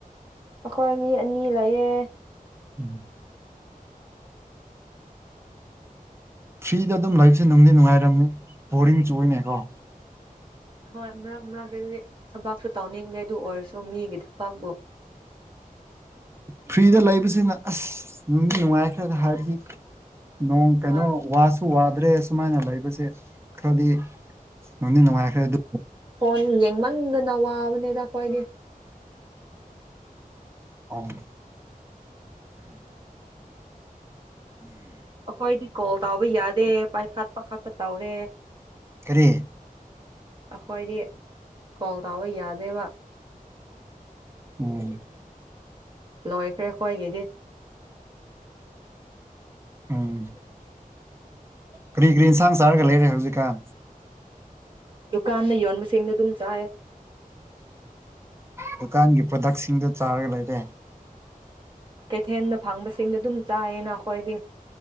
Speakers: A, on the right; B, on the right.
A: ꯑꯩꯈꯣꯏ ꯃꯤ ꯑꯅꯤ ꯂꯩꯌꯦ
B: ꯎꯝ ꯐ꯭ꯔꯤꯗ ꯑꯗꯨꯝ ꯂꯩꯕꯁꯦ ꯅꯨꯡꯗꯤ ꯅꯨꯡꯉꯥꯏꯔꯝꯅꯤ ꯕꯣꯔꯤꯡ ꯆꯨꯏꯌꯦꯅꯦꯀꯣ
A: ꯍꯣꯏ ꯃꯔꯛ ꯃꯔꯛꯇꯗꯤ ꯊꯕꯛꯁꯨ ꯇꯧꯅꯤꯡꯗꯦ ꯑꯗꯨ ꯑꯣꯏꯔꯁꯨ ꯃꯤꯒꯤ ꯊꯕꯛꯄꯨ
B: ꯐ꯭ꯔꯤꯗ ꯂꯩꯕꯁꯤꯅ ꯑꯁ ꯅꯨꯡꯗꯤ ꯅꯨꯡꯉꯥꯏꯈ꯭ꯔꯦꯗ ꯍꯥꯏꯗꯤ ꯅꯣꯡ
A: ꯍꯣꯏ
B: ꯀꯩꯅꯣ ꯋꯥꯁ ꯋꯥꯗ꯭ꯔꯦ ꯁꯨꯃꯥꯏꯅ ꯂꯩꯕꯁꯦ ꯈ꯭ꯔꯗꯤ ꯅꯨꯡꯗꯤ ꯅꯨꯡꯉꯥꯏꯈ꯭ꯔꯦ ꯑꯗꯨ
A: ꯐꯣꯟ ꯌꯦꯡꯃꯟꯗꯅ ꯋꯥꯕꯅꯦꯗ ꯑꯩꯈꯣꯏꯗꯤ
B: ꯑꯣ
A: ꯑꯩꯈꯣꯏꯗꯤ ꯀꯣꯜ ꯇꯥꯎꯕ ꯌꯥꯗꯦ ꯄꯥꯏꯈꯠꯄ ꯈꯛꯇ ꯇꯧꯔꯦ
B: ꯀꯔꯤ
A: ꯑꯩꯈꯣꯏꯗꯤ ꯀꯣꯜ ꯇꯧꯕ ꯌꯥꯗꯦꯕ
B: ꯎꯝ
A: ꯂꯣꯏꯈ꯭ꯔꯦ ꯑꯩꯈꯣꯏꯒꯤꯗꯤ
B: ꯎꯝ ꯀꯔꯤ ꯀꯔꯤ ꯏꯟꯁꯥꯡ ꯆꯥꯔꯒ ꯂꯩꯔꯦ ꯍꯧꯖꯤꯛꯀꯥꯟ
A: ꯗꯨꯀꯥꯟꯗ ꯌꯣꯟꯕꯁꯤꯡꯗꯨ ꯑꯗꯨꯝ ꯆꯥꯏ
B: ꯗꯨꯀꯥꯟꯒꯤ ꯄ꯭ꯔꯗꯛꯁꯤꯡꯗꯣ ꯆꯥꯔꯒ ꯂꯩꯔꯦ
A: ꯀꯩꯊꯦꯜꯗ ꯐꯪꯕꯁꯤꯡꯗꯨ ꯑꯗꯨꯝ ꯆꯥꯏꯌꯦꯅ ꯑꯩꯈꯣꯏꯗꯤ